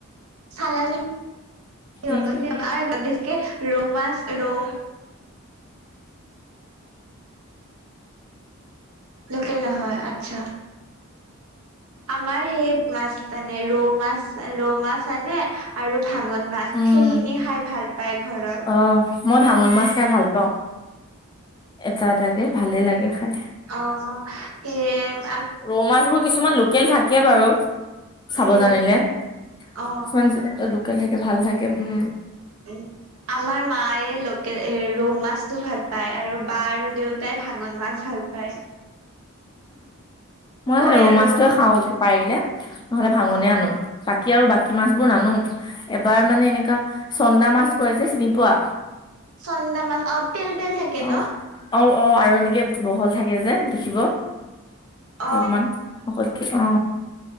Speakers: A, on the right; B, on the left.
A: চালানী
B: কিন
A: এ ঘৰত বেছিকে ৰৌ মাছ ৰৌ লোকেল নহয় আচ্ছা, আমাৰ সেই মাছ মানে, ৰৌ মাছ ৰৌ মাছ আনে আৰু ভাগন মাছ
B: উম
A: সেইখিনি খাই ভাল পাই ঘৰত
B: অ', মই ভাঙোন মাছ খাই ভাল পাওঁ, এটা এটাকে ভালে লাগে খাই
A: অ', -
B: ৰৌ মাছবোৰ কিছুমান লোকেল থাকে বাৰু চাব
A: উম
B: জানিলে কিমান
A: অ
B: লোকেল থাকে ভাল থাকে উম
A: উ আমাৰ মায়ে, লোকেল এ ৰৌ মাছটো ভাল পায় আৰু বা আৰু দেউত তাই ভাাগন মাছ ভাল পায়
B: মই
A: কয়
B: ৰৌ
A: আৰু
B: মাছটোয়ে খাও পাৰিলে, নহলে ভাঙনে
A: অ
B: আনো বাকী, আৰু বাকী মাছবোৰ নানো এবাৰ মানে এনেকুৱা চন্দা মাছ কৰে যে চিনি পোৱা
A: চন্দা মাছ অ তেল তেল থাকে
B: অ,
A: ন
B: অ, অ, আৰু এনেকে বহল থাকে যে দেখিব, কি
A: অ
B: অকমান সকলতকে অ